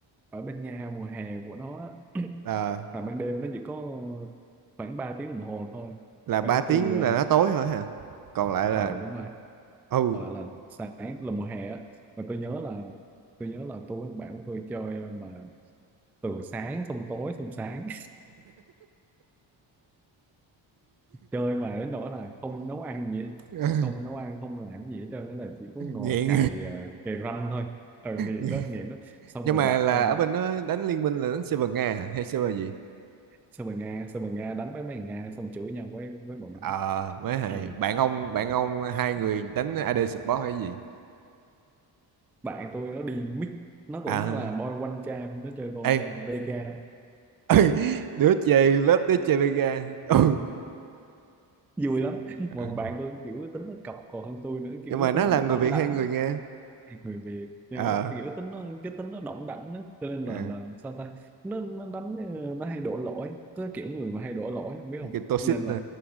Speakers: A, in the centre; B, on the right.
A: ở bên Nga mùa hè của nó á,
B: là
A: là ban đêm nó chỉ có khoảng 3 tiếng đồng hồ thôi
B: là ba
A: khoảng
B: tiếng
A: từ ờ
B: là nó tối thôi hả còn lại
A: ờ,
B: là
A: đúng rồi
B: ừ
A: hoặc là, là sáng là mùa hè á mà tôi nhớ là tôi nhớ là tôi với bạn của tôi chơi mà từ sáng xong tối xong sáng <laughs> chơi mà đến nỗi là không nấu ăn gì hết.
B: <laughs>
A: không nấu ăn không làm gì hết trơn đó là chỉ có ngồi
B: nghiện
A: cày ờ, cày ranh thôi ờ nghiện
B: <laughs>
A: đó nghiện đó xong
B: nhưng
A: rồi
B: mà
A: đặt
B: là
A: ờ,
B: ở bên đó đánh liên minh là đánh server Nga hay server gì
A: xong rồi Nga xong rồi Nga đánh với mấy thằng Nga xong chửi nhau với với bọn
B: ờ
A: nó
B: mới
A: <clears throat>
B: hay
A: Ừ.
B: bạn ông bạn ông hai người đánh AD support hay gì
A: bạn tôi nó đi mix nó cũng
B: à
A: là boy one charm nó chơi con
B: ê
A: ờ, Vega
B: <laughs> đứa chơi lớp đứa chơi Vega <laughs> ừ.
A: vui lắm <laughs> mà
B: ừ.
A: bạn tôi kiểu tính nó cọc còn hơn tôi nữa kiểu
B: nhưng mà nó
A: tính
B: là
A: nó
B: người
A: đóng
B: Việt
A: đảnh
B: hay người Nga
A: người Việt nhớ
B: ờ
A: kiểu tính nó cái tính nó đỏng đảnh á cho nên
B: ờ,
A: là là sao ta nó nó đánh ờ, nó hay đổ lỗi có kiểu người mà hay đổ lỗi không biết không
B: cái toxic
A: nên là
B: nè